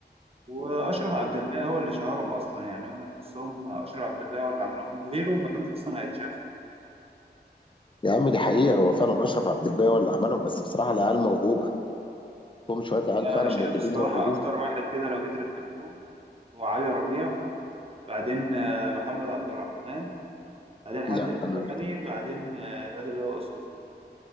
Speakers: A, on the right; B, on the left.
A: واشرف عبد الباقي هو اللي شهرهم اصلا يعني هم تحسهم اشرف عبد الباقي هو اللي عملهم من غيره ما كانوش اصلا هيتشافوا
B: يا عم دي حقيقة هو فعلا أشرف عبد الباقي هو اللي عملهم بس بصراحة العيال موهوبة هم شوية عيال فعلا
A: انا شايف
B: موهوبين
A: الصراحه
B: موهوبين
A: اكتر واحد كده لو جيت رتبتهم هو علي ربيع بعدين آه، محمد عبد الرحمن بعدين حمدي
B: لا أنا
A: المرجاني بعدين آه، الواد اللي هو اسلوس ده